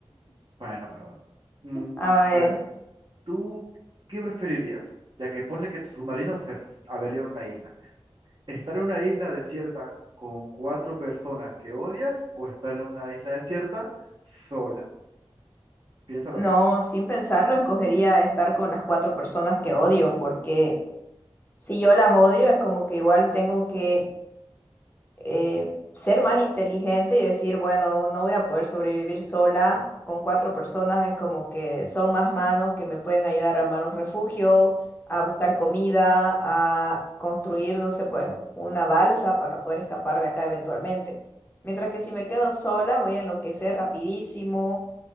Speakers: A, on the right; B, on the left.
A: Bueno, bueno, bueno. Mm,
B: A ver,
A: a ver, ¿tú qué preferirías? Ya que ponle que tu submarino se f- averió en una isla. ¿Estar en una isla desierta con cuatro personas que odias o estar en una isla desierta sola? Piénsalo
B: no,
A: bien.
B: sin pensarlo, escogería estar con las cuatro personas que odio, porque si yo las odio es como que igual tengo que eh, ser más inteligente y decir, bueno, no voy a poder sobrevivir sola con cuatro personas, es como que son más manos que me pueden ayudar a armar un refugio, a buscar comida, a construir, no sé, pues una balsa para poder escapar de acá eventualmente. Mientras que si me quedo sola, voy a enloquecer rapidísimo,